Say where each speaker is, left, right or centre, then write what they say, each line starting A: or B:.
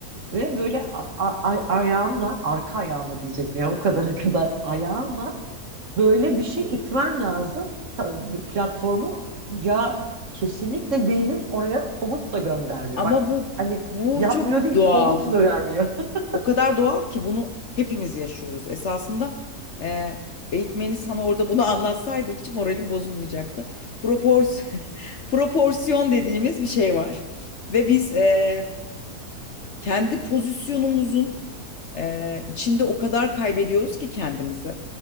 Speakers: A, on the right; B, on the left.
A: ve böyle a- a- ay- ayağınla arka ayağınla diyecektim ya o kadara kadar ayağınla böyle bir şey itmen lazım Tabii platformu ya kesinlikle beynim oraya komut da göndermiyor.
B: <laughs> Ama
A: Bak
B: bu
A: hani
B: bu
A: yapmıyor
B: çok
A: değil
B: doğal.
A: komut da vermiyor. <laughs>
B: O kadar doğal ki bunu hepimiz yaşıyoruz. Esasında e, eğitmeni sana orada bunu <laughs> anlatsaydım hiç moralim bozulmayacaktı. Propors <laughs> proporsiyon dediğimiz bir şey var. Ve biz e, kendi pozisyonumuzun ee, içinde o kadar kaybediyoruz ki kendimizi.